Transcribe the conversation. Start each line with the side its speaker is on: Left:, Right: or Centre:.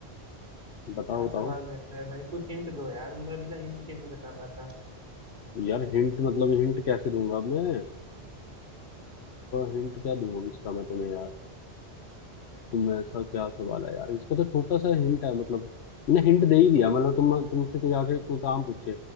Left: हो बताओ
Right: क्या
Left: बताओ
Right: सवाल रहता है भाई कुछ हिंट दो यार मैं बिना हिंट के नहीं बता पाता
Left: यार हिंट मतलब हिंट कैसे दूंगा अब मैं हिंट क्या दूंगा इसका मैं तुम्हें यार तुम ऐसा क्या सवाल है यार इसका तो छोटा सा हिंट है मतलब मैंने हिंट दे ही दिया मतलब तुम तुमसे कोई आके कोई काम पूछे